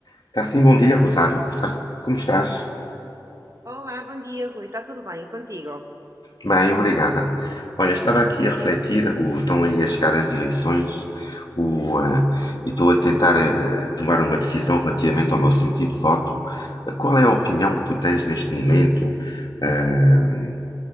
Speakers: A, on the left; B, on the right.
A: Está sim, bom dia, Rosário. Estás- Como estás?
B: Olá, bom dia, Rui. Está tudo bem contigo?
A: Bem, obrigada. Olha, estava aqui a refletir, o- estão aí a chegar as eleições, o, eh, e estou a tentar eh, tomar uma decisão relativamente ao meu sentido de voto. Qual é a opinião que tu tens neste momento, eh,